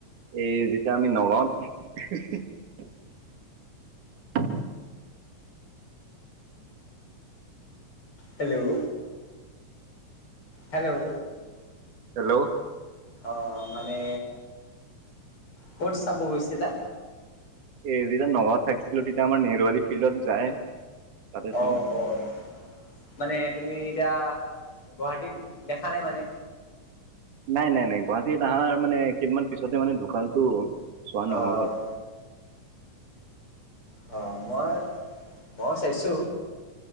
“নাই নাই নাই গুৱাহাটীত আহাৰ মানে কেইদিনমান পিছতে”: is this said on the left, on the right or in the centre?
Right